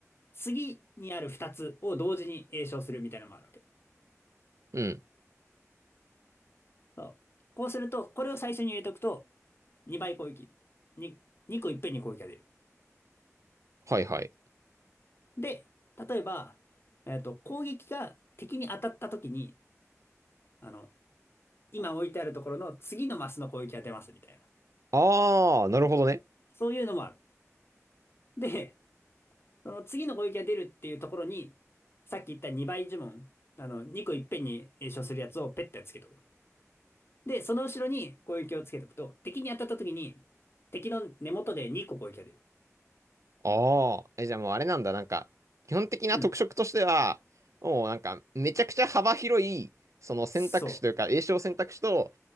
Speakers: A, on the left (about 45°); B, on the right (about 70°).
A: 次にある二つを同時に詠唱するみたいなのもあるわけ。
B: うん。
A: そう。こうすると、これを最初に入れておくと、2倍攻撃。に2個いっぺんに攻撃が出る。
B: はいはい。
A: で、例えば、えっと、攻撃が敵に当たった時に、あの、今置いてあるところの次のマスの攻撃が出ますみたいな。
B: ああ、なるほどね。
A: そういうのもある。で、その次の攻撃が出るっていうところに、さっき言った2倍呪文、あの、2個いっぺんに詠唱するやつをペッてつけとく。で、その後ろに攻撃をつけとくと、敵に当たった時に、敵の根元で2個攻撃が出る。
B: ああ。え、じゃあもうあれなんだ。なんか、基本的な特色としては、
A: うん。
B: もうなんか、めちゃくちゃ幅広い、その選択肢というか、
A: そ
B: 詠唱選択肢と、